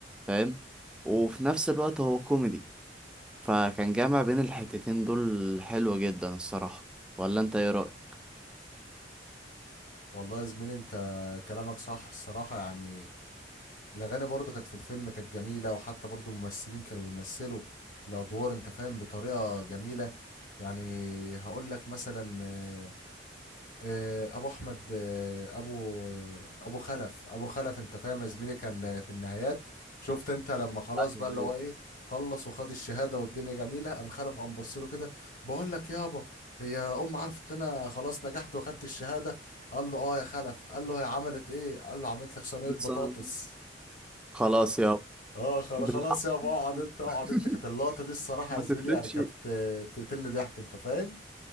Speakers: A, in the centre; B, on the left.
A: فاهم وفي نفس الوقت هو كوميدي فكان جامع بين الحتتين دول حلو جدا الصراحة ولا انت ايه رأيك
B: والله يا زميلي انت كلامك صح الصراحة يعني الأغاني برضو كانت في الفيلم كانت جميلة وحتى برضو الممثلين كانوا بيمثلوا الأدوار انت فاهم بطريقة جميلة يعني هقول لك مثلا آه، آه، ابو احمد آه، ابو ابو خلف ابو خلف انت فاهم يا زميلي كان في النهايات شفت انت لما خلاص
A: ايوه
B: بقى اللي
A: ايوه
B: هو ايه خلص وخد الشهاده والدنيا جميله قام خلف قام بص له كده بقول لك يابا هي ام عرفت ان انا خلاص نجحت واخدت الشهاده قال له اه يا خلف قال له هي عملت ايه قال له عملت لك صينيه
A: بس
B: بطاطس
A: أنا- خلاص يا
B: اه خلا-
A: باللحمه
B: خلاص يابا اقعد انت اقعد
A: <laughs>
B: انت كانت اللقطه دي الصراحه
A: ما
B: يا زميلي
A: تفرقش
B: يعني كانت بت- بتقتلني ضحك انت فاهم